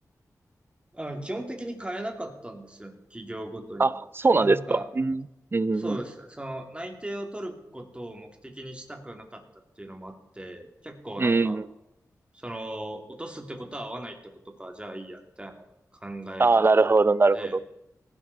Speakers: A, on the right; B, on the right.
A: あ、基本的に変えなかったんですよね、企業ごとに。
B: あ、そうなんですか。
A: まあなんか、
B: うん。うん。
A: そうですね。その内定を取ることを目的にしたくなかったっていうのもあって、結構なんか、
B: うん。うん。
A: その、落とすってことは合わないってことか、じゃあいいや、みたいな考え方だったんで、
B: ああ、なるほど、なるほど。